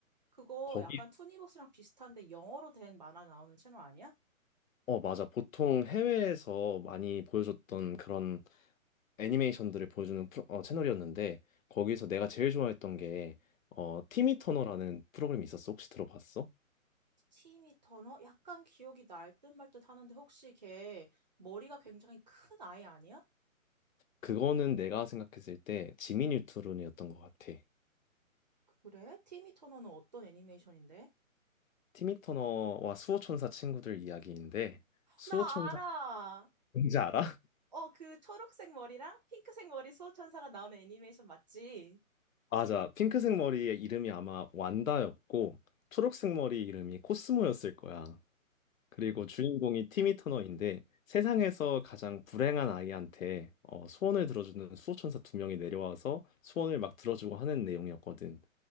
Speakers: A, on the right (about 30°); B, on the left (about 70°).
A: 그거
B: 거기,
A: 약간 투니버스랑 비슷한데 영어로 된 만화 나오는 채널 아니야?
B: 어, 맞아. 보통 해외에서 많이 보여줬던 그런 애니메이션들을 보여주는 프로, 어, 채널이었는데 거기서 내가 제일 좋아했던 게 어, 티미 터너라는 프로그램이 있었어. 혹시 들어봤어?
A: 티미 터너? 약간 기억이 날듯 말듯 하는데 혹시 걔 머리가 굉장히 큰 아이 아니야?
B: 그거는 내가 생각했을 때 지미 뉴트론이었던 것 같아.
A: 그래? 티미 터너는 어떤 애니메이션인데?
B: 티미 터너와 수호천사 친구들 이야기인데 수호천사
A: 나 알아!
B: 뭔지 알아? <laughs>
A: 어, 그 초록색 머리랑 핑크색 머리 수호천사가 나오는 애니메이션 맞지?
B: 맞아. 핑크색 머리의 이름이 아마 완다였고 초록색 머리 이름이 코스모였을 거야. 그리고 주인공이 티미 터너인데 세상에서 가장 불행한 아이한테 어, 소원을 들어주는 수호천사 두 명이 내려와서 소원을 막 들어주고 하는 내용이었거든.